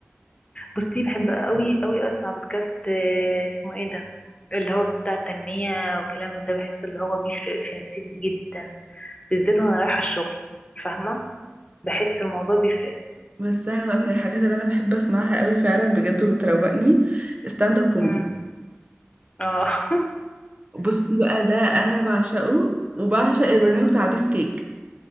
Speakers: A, on the left; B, on the right.
A: بصي بحب قوي قوي اسمع بودكاست آه، اسمه ايه ده اللي هو بتاع التنمية وكلام من ده بحس اللي هو بيفرق في نفسيتي جدا بالذات وانا رايحة الشغل فاهمة بحس الموضوع بيفرق
B: بس انا بقى من الحاجات اللي انا بحب اسمعها قوي فعلا بجد وبتروقني ستاند اب كوميدي
A: امم اه <laughs>
B: بصي بقى ده انا بعشقه وبعشق البرنامج بتاع بيس كيك